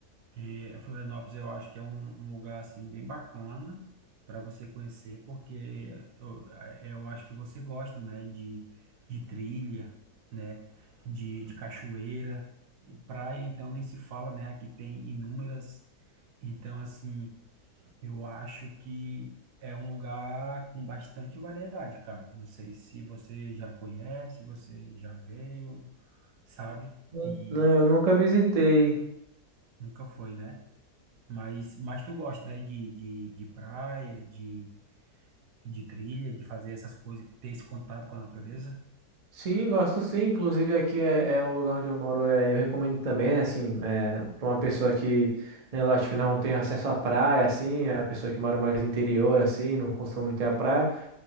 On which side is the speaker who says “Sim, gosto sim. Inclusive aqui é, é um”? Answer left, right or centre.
Right